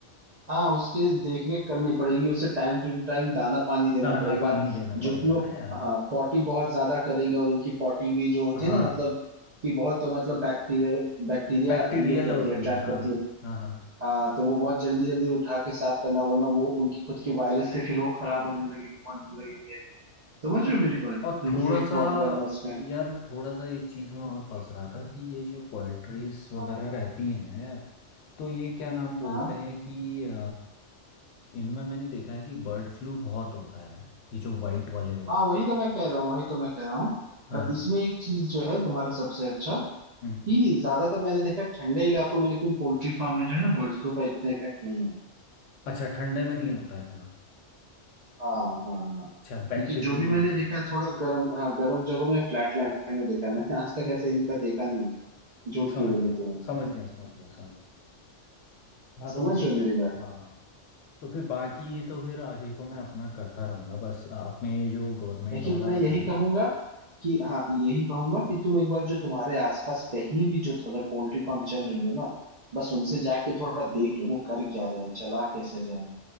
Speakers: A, on the right; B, on the left.
A: हाँ उसके देख रेख करनी पड़ेगी उसे टाइम टू टाइम दाना पानी देना
B: दाना
A: पड़ेगा
B: पानी देना पड़ेगा
A: जो कि वो
B: ना यार
A: हाँ पॉटी बहुत ज्यादा करेंगे और उनकी पॉटी भी जो होती
B: हाँ
A: है ना मतलब कि बहुत मतलब बैक्टीरिया बैक्टीरिया
B: बैक्टीरियल
A: ये करती
B: होती
A: है अट्रैक्ट
B: है हाँ
A: करती है
B: हाँ हाँ
A: हाँ तो वो बहुत जल्दी जल्दी उठा के साफ करना वरना वो उनकी खुद की वायरस से फिर वो खराब होने लगेगी होने लगेंगे समझ
B: और
A: रहे हो मेरी बात तो
B: और थोड़ा
A: ये एक प्रॉब्लम
B: सा
A: है उसमें
B: यार मैं थोड़ा सा इस चीज में और फंस रहा था कि ये जो पोएट्रीज वगैरह
A: हाँ
B: रहती है ना यार तो ये क्या नाम बोलते
A: हाँ
B: हैं कि अ, इनमें मैंने देखा है कि बर्ड फ्लू बहुत होता है ये जो वाइट वाले होते
A: हाँ, वही
B: हैं
A: तो मैं कह रहा हूँ वही तो मैं कह रहा हूँ
B: हाँ
A: पर इसमें एक चीज जो है तुम्हारा सबसे अच्छा
B: हम्म।
A: कि ज्यादातर मैंने देखा है ठंडे इलाकों में लेकिन पोल्ट्री फार्म में जो है ना बर्ड फ्लू का इतना इफेक्ट नहीं है
B: अच्छा ठंडे में नहीं होता इतना
A: हाँ हाँ हाँ
B: अच्छा बैक्टीरियल
A: क्योंकि जो भी मैंने
B: इन्फेक्शन
A: देखा है थोड़ा गर्म हाँ गर्म जगहों में फ्लैट लैंड में देखा है मैंने आज तक ऐसे इनका देखा नहीं है झूठ
B: समझ
A: क्यों बोलो
B: गया
A: तुम्हें
B: समझ गया समझ गया समझ गया हाँ
A: समझ
B: तो मुझे
A: रहे
B: ये
A: हो मेरी बात
B: हाँ तो फिर बाकी ये तो फिर आगे को मैं अपना करता रहूंगा बस आपने ये जो गवर्नमेंट
A: लेकिन
B: वाला
A: मैं
B: बताया
A: यही कहूंगा
B: ना
A: कि हाँ यही कहूंगा कि तुम एक बार जो तुम्हारे आसपास कहीं भी जो अगर पोल्ट्री फार्म चल रही हो ना बस उनसे जाके थोड़ा देख लो वो कर क्या रहे हैं चला कैसे रहे हैं